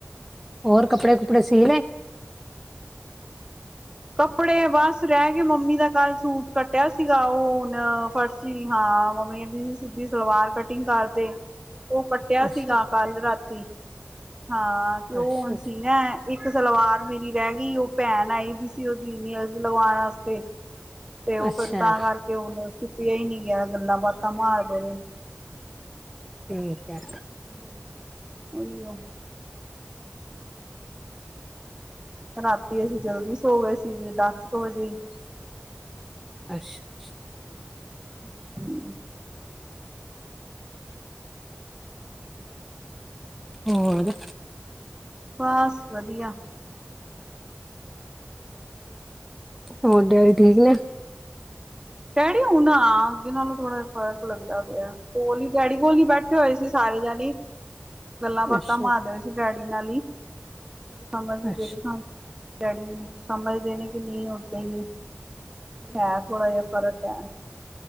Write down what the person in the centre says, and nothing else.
ਹੋਰ ਕੱਪੜੇ ਕੁਪੜੇ ਸੀ ਲਏ।
ਅੱਛਾ
ਅੱਛਾ
ਅੱਛਾ
ਅੱਛਾ
ਠੀਕ ਹੈ।
ਅੱਛਾ ਛ।
ਹੋਰ।
ਹੋਰ, ਡੈਡੀ ਠੀਕ ਨੇ।
ਅੱਛਾ
ਅੱਛਾ